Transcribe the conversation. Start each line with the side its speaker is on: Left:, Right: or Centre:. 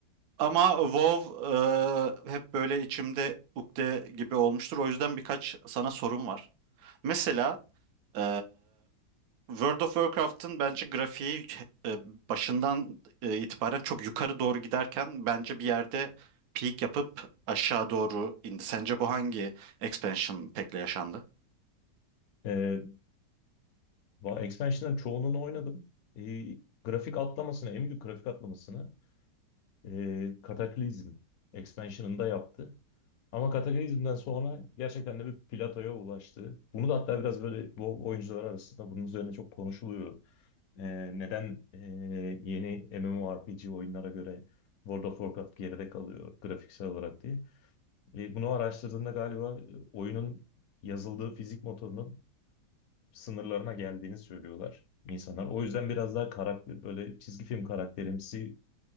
Right: ama WoW e, hep böyle içimde ukde gibi olmuştur. O yüzden birkaç sana sorum var. Mesela e, World of Warcraft'ın bence grafiği e, başından e, itibaren çok yukarı doğru giderken bence bir yerde peak yapıp aşağı doğru indi. Sence bu hangi expansion pack'le yaşandı?
Left: E, Va- Expansion'ların çoğunluğunu oynadım. Ee, grafik atlamasını, en büyük grafik atlamasını e, Cataclysm expansion'ında yaptı. Ama Cataclysm'den sonra gerçekten de bir platoya ulaştı. Bunu da hatta biraz böyle bu oyuncular arasında bunun üzerine çok konuşuluyor. Ee, neden e, yeni MMORPG oyunlara göre World of Warcraft geride kalıyor grafiksel olarak diye. E, bunu araştırdığında galiba e, oyunun yazıldığı fizik motorunun sınırlarına geldiğini söylüyorlar insanlar. O yüzden biraz daha karakter böyle çizgi film karakterimsi